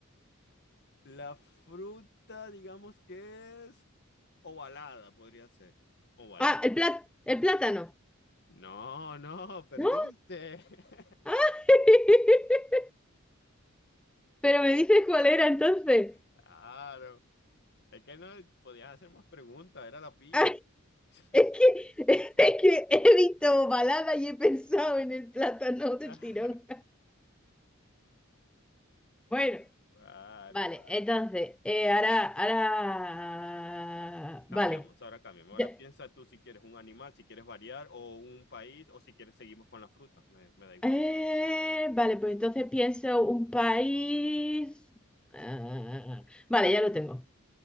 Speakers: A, on the left; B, in the centre.
A: La fruta, digamos que es ovalada, podría ser. Ovalada.
B: Ah, el plá- el plátano.
A: No, no, perdiste.
B: ¿No?
A: <laughs>
B: Ah, <laughs> pero me dices cuál era entonces.
A: Claro. Es que no podías hacer más preguntas, era la piña.
B: Ah,
A: <laughs>
B: es que, <laughs> es que he visto balada y he pensado en el plátano
A: Vale,
B: del tirón. Bueno,
A: vale.
B: vale, entonces, eh, ahora, ahora,
A: Cambiamos,
B: vale.
A: ahora cambiamos.
B: Ya-
A: Ahora piensa tú si quieres un animal, si quieres variar, o un país, o si quieres seguimos con la fruta. Me, me da igual.
B: eh, vale, pues entonces pienso un país. Ah, vale, ya lo tengo.